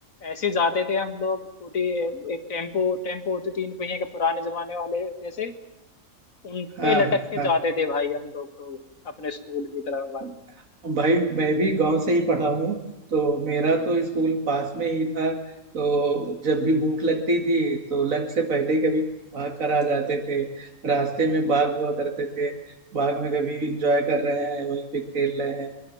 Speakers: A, on the left (about 80°); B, on the right (about 75°).
A: ऐसे जाते थे हम लोग छोटी एक टेम्पो टेम्पो होती थी, तीन पहिए के पुराने जमाने वाले जैसे उन
B: हाँ
A: पे लटक के
B: हाँ
A: जाते थे भाई हम लोग तो अपने स्कूल की तरफ भाई
B: हाँ। भाई मैं भी गांव से ही पढ़ा हूँ तो मेरा तो स्कूल पास में ही था तो जब भी भूख लगती थी तो लंच से पहले कभी भाग कर आ जाते थे रास्ते में बाग हुआ करते थे बाग में कभी इंजॉय कर रहे हैं वहीं पे खेल रहे हैं